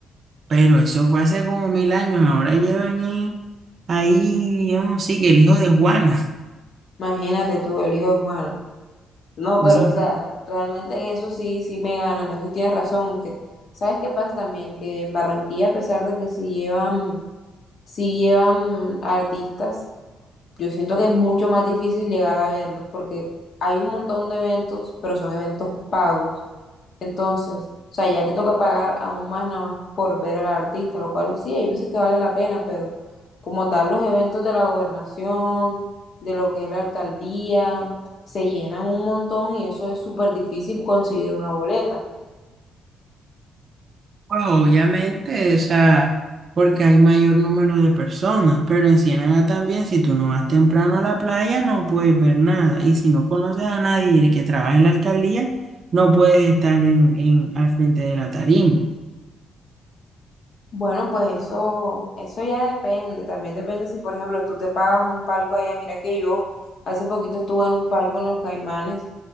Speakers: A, on the right; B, on the left.
A: Pero eso fue hace como mil años, ahora llevan eh, ahí, yo no sé, que el hijo de Juana.
B: Imagínate tú, el hijo de Juana. No,
A: <laughs>
B: pero
A: Eso
B: o sea,
A: fue,
B: realmente en eso sí, sí me ganan, eso sí tienes razón, aunque, ¿sabes qué pasa también? Que en Barranquilla, a pesar de que sí llevan, sí llevan artistas, yo siento que es mucho más difícil llegar a verlos, porque hay un montón de eventos, pero son eventos pagos. Entonces, o sea, ya te toca pagar aún más nada más por ver al artista, lo cual sí, hay veces que vale la pena, pero como tal los eventos de la gobernación, de lo que es la alcaldía, se llenan un montón y eso es súper difícil conseguir una boleta.
A: pues, obviamente, o sea, porque hay mayor número de personas, pero en Ciénaga también, si tú no vas temprano a la playa, no puedes ver nada. Y si no conoces a nadie que trabaja en la alcaldía, no puedes estar en, en- al frente de la tarima.
B: Bueno, pues eso, eso ya depende, también depende si, por ejemplo, tú te pagas un palco allá, mira que yo hace poquito estuve en un palco en Los Caimanes